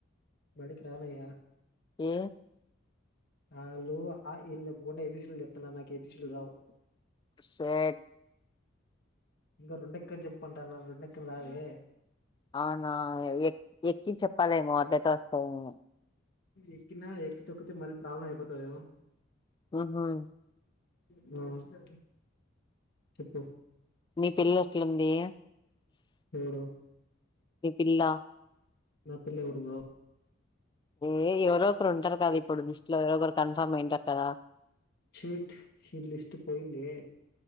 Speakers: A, on the left (about 55°); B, on the left (about 25°).
A: బడికి రానయ్య
B: ఏ
A: ఆళ్ళు అ ఆ ఇ ఈ లు చెప్పకుండా ఏ బీ సి డీ లు చెప్తున్నారు నాకు ఏ బీ సి డీ రావు
B: షేట్
A: ఇంగ రోండెక్కం జెప్పంటున్నారు రోండెక్కం రాదే
B: అవునా ఎ ఎక్కి చెప్పాలేమో అద్ద చేస్తా ఉన్నాం
A: ఎక్కిన ఎక్కి తొక్కితే మళ్ళీ ప్రాబ్లం అయిపోతదేమో
B: హ్మ్మ్
A: హ్మ్మ్ చెప్పు
B: మీ పిల్ల ఎట్లుంది
A: ఎవరు
B: మీ పిల్ల
A: నా పిల్ల ఎవరు బ్రో
B: ఏ ఎవరో రు ఉంటారు కదా ఇప్పుడు లిస్ట్ లో ఎవరో ఒకరు కన్ఫర్మ్ అయింటారు కదా
A: స్వీట్ స్వీట్ లిస్ట్ పోయింది